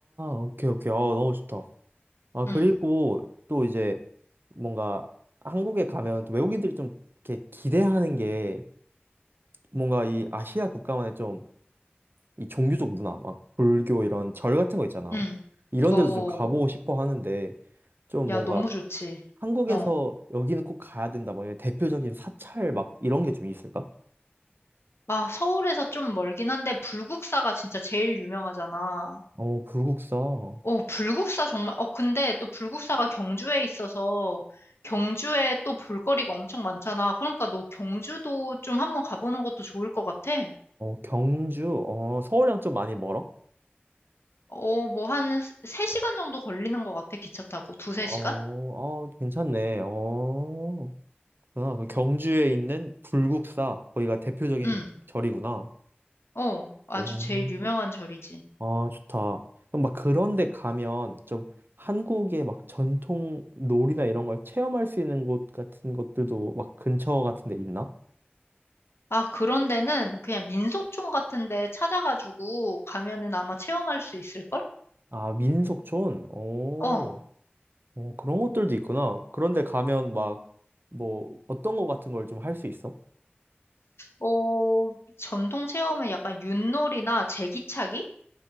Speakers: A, on the right; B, on the left.
A: 오케이, 오케이. 아, 너무 좋다. 아,
B: 응,
A: 그리고 또 이제 뭔가 한국에 가면 또 외국인들이 좀 이렇게 기대하는 게 뭔가 이 아시아 국가만의 좀 이 종교적 문화, 막 불교 이런 절 같은 거 있잖아.
B: 응.
A: 이런
B: 어.
A: 데도 좀 가보고 싶어 하는데 좀
B: 야,
A: 뭔가
B: 너무 좋지.
A: 한국에서
B: 어.
A: 여기는 꼭 가야 된다. 뭐 이런 대표적인 사찰 막 이런 게 좀 있을까?
B: 아, 서울에서 좀 멀긴 한데, 불국사가 진짜 제일 유명하잖아.
A: 어, 불국사. 어,
B: 어, 불국사 정말, 어, 근데 또 불국사가 경주에 있어서, 경주에 또 볼거리가 엄청 많잖아. 그러니까 너 경주도 좀 한번 가보는 것도 좋을 것 같아.
A: 경주. 어, 서울이랑 좀 많이 멀어?
B: 어, 뭐 한 3시간 정도 걸리는 것 같아, 기차 타고. 두세
A: 어,
B: 시간?
A: 어, 괜찮네. 어. 아, 경주에 있는 불국사, 거기가 대표적인
B: 응.
A: 절이구나.
B: 어, 아주
A: 오,
B: 제일 유명한 절이지.
A: 아, 좋다. 그럼 막 그런 데 가면 좀 한국의 막 전통 놀이나 이런 걸 체험할 수 있는 곳 같은 것들도 막 근처 같은 데 있나?
B: 아, 그런 데는 그냥 민속촌 같은 데 찾아가지고 가면은 아마 체험할 수 있을걸?
A: 아, 민속촌? 오,
B: 어.
A: 오, 그런 것들도 있구나. 그런데 가면 막 뭐 어떤 거 같은 걸 좀 할 수 있어?
B: 어, 전통 체험은 약간 윷놀이나 제기차기?